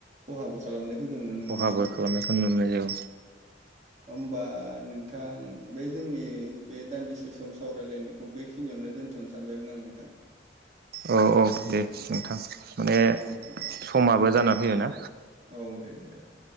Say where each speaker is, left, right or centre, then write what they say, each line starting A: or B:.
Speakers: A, on the right (about 40°); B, on the right (about 55°).
A: खहाबो खालामनाय जों नुनो
B: खहाबो
A: मोननाय जायो
B: खालामनायखौ
A: आरो
B: नुनो मोननाय जायो
A: ओमबा नोंथां बे जोंनि बे दान्दिसे सम सावरायलायनायखौ बेखिनियावनो दोनथ'नो सानबायमोन आं नोंथां
B: औ औ दे नोंथां माने
A: औ नोंथां
B: समाबो जाना फैयोना
A: औ दे नोंथां